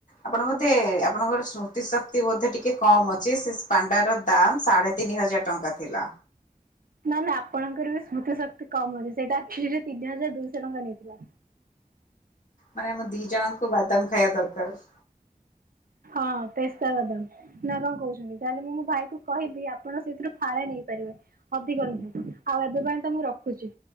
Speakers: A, on the left; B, on the right.
A: ଆପଣ ବୋଧେ ଆପଣଙ୍କର ସ୍ମୃତି ଶକ୍ତି ବୋଧେ ଟିକେ କମ ଅଛି ସେ ପାଣ୍ଡ ର ଦାମ ସାଢେ ତିନି ହଜାର ଟଙ୍କା ଥିଲା।
B: ନା ନା ଆପଣଙ୍କର ବି ସ୍ମୃତି ଶକ୍ତି କମ ଅଛି ସେଇଟାଚ ତିନି ହଜାର ଦୁଇଶହ ଟଙ୍କା ନେଇଥିଲା।
A: ମାନେ ଆମ ଦି ଜଣଙ୍କୁ ବାଦାମ ଖାଇବା ଦରକାର
B: ହଁ ତୋ ବାଦାମ ନା କଣ କହୁଛନ୍ତି ତାହେଲେ ମୁଁ ମୋ ଭାଇ କ କହିବି ଆପଣ ସେଥିରୁ ଫାଳେ ନେଇପାରିବେ ଅଧିକ ନୁହେଁ ଆଉ ଏବେ ପାଇଁ ତ ମୁଁ ରଖୁଛି।